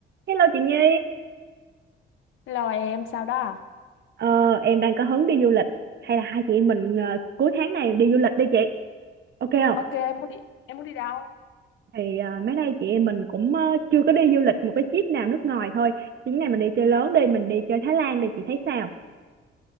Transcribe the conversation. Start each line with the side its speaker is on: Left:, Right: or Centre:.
Right: Hello chị Nhi,
Left: Hello em, sao đó à?
Right: ờ, em đang có hứng đi du lịch hay là hai chị em mình ờ, cuối tháng này đi du lịch đi chị, ok không?
Left: Ok, em muốn đi em muốn đi đâu?
Right: Thì ờ, mấy nay chị em mình cũng ờ, chưa có đi du lịch một cái trip nào nước ngoài thôi, chuyến này mình đi chơi lớn đi, mình đi chơi Thái Lan đi chị thấy sao?